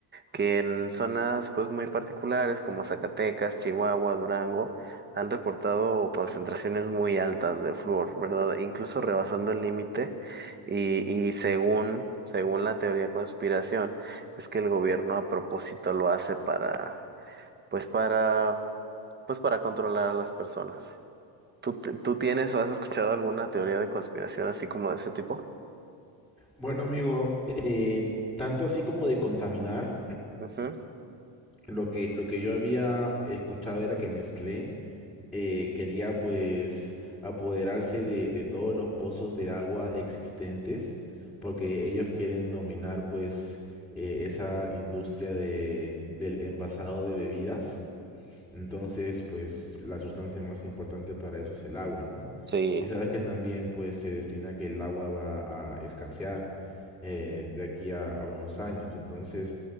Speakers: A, on the right (about 25°); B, in the centre.
A: que en zonas pues muy particulares como Zacatecas, Chihuahua, Durango, han reportado concentraciones muy altas de flúor, ¿verdad? Incluso rebasando el límite y, y según, según la teoría de conspiración, es que el gobierno a propósito lo hace para, pues para, pues para controlar a las personas. ¿Tú, te- tú tienes o has escuchado alguna teoría de conspiración así como de ese tipo?
B: Bueno, amigo, eh, tanto así como de contaminar,
A: Ujú.
B: lo que, lo que yo había escuchado era que Nestlé eh, quería pues apoderarse de, de todos los pozos de agua existentes, porque ellos quieren dominar pues eh, esa industria de, del envasado de bebidas. Entonces, pues la sustancia más importante para eso es el agua, ¿no?
A: Sí.
B: Y sabes que también pues se destina que el agua va a escasear eh, de aquí a, a unos años. Entonces,